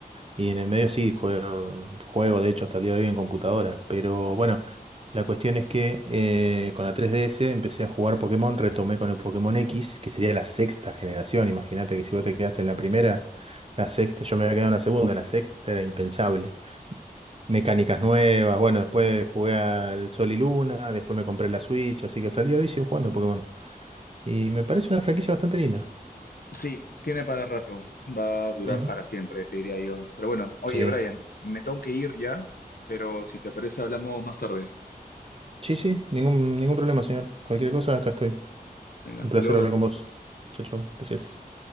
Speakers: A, on the right; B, on the left.
A: Y en el medio sí, juego, juego de hecho hasta el día de hoy en computadora. Pero bueno, la cuestión es que eh, con la 3DS empecé a jugar Pokémon, retomé con el Pokémon X, que sería la sexta generación. Imagínate que si vos te quedaste en la primera, la sexta, yo me había quedado en la segunda, la sexta era impensable mecánicas nuevas. Bueno, después jugué al Sol y Luna, después me compré la Switch, así que hasta el día de hoy sigo jugando Pokémon. Y me parece una franquicia bastante linda.
B: Sí, tiene para rato, va a durar
A: Ujú.
B: para siempre, te diría yo. Pero bueno, oye,
A: Sí.
B: Brian, me tengo que ir ya, pero si te parece hablamos más tarde.
A: Sí, sí, ningún, ningún problema, señor. Cualquier cosa, acá estoy.
B: Venga,
A: Un
B: hasta
A: placer
B: luego.
A: hablar con vos. Chao, chao. Gracias.